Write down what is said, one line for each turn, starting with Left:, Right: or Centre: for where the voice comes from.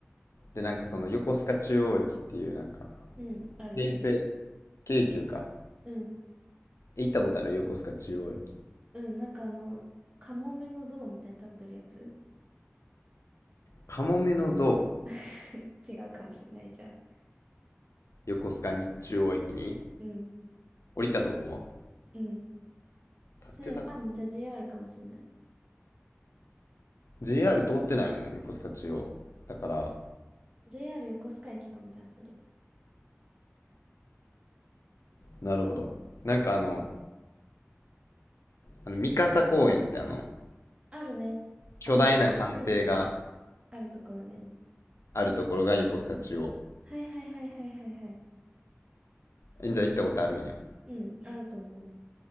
Left: で、なんかその横須賀中央駅っていうなんか、
Right: うん、あるね。
Left: 京成、京急か。
Right: うん、
Left: 行ったことある横須賀中央駅。
Right: うん、なんかあの、カモメの像みたいに立ってるやつ
Left: カモメの像、
Right: <laughs> 違うかもしれない、じゃあ。
Left: 横須賀に中央駅に
Right: うん、
Left: 降りたとこ
Right: うん。
Left: 立ってたかな
Right: それわかんない。じゃあ JR かもしれない。
Left: ?JR 通ってないもん、横須賀中央。だから、
Right: JR 横須賀駅かも、じゃあそれ。
Left: なるほど。なんかあの、あの三笠公園ってあの、
Right: あるね。
Left: 巨大な艦艇が
Right: あの、うん。あるところね。
Left: あるところが横須賀中央。
Right: うんはいはいはいはいはいはい。
Left: え、じゃあ行ったことあるんや。
Right: うん、あると思う。